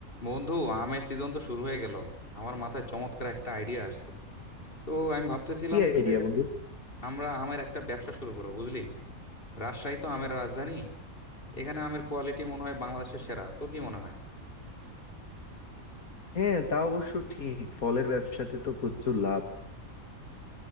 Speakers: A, on the left (about 40°); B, on the left (about 75°).
A: বন্ধু আমের সিজন তো শুরু হয়ে গেল আমার মাথায় চমৎকার একটা আইডিয়া আসছে তো আমি ভাবতেছিলাম
B: কি আইডিয়া
A: যে
B: বন্ধু
A: আমরা আমের একটা ব্যবসা শুরু করবো বুঝলি রাজশাহী তো আমের রাজধানী এখানে আমের কোয়ালিটি মনে হয় বাংলাদেশের সেরা তোর কি মনে হয়
B: হ্যাঁ তা অবশ্য ঠিক ফলের ব্যবসাতে তো প্রচুর লাভ